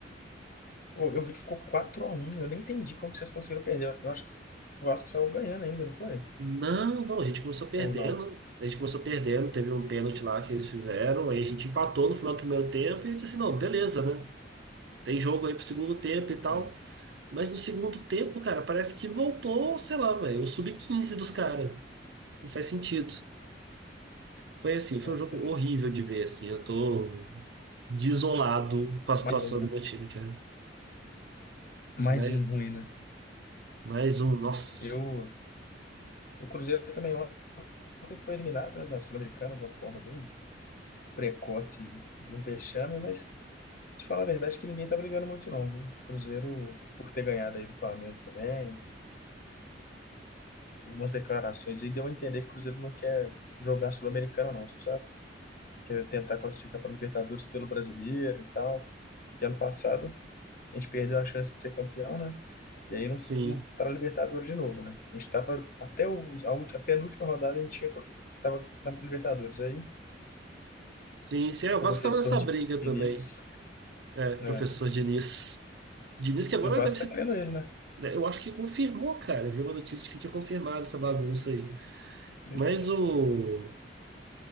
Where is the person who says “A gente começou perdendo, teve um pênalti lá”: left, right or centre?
Right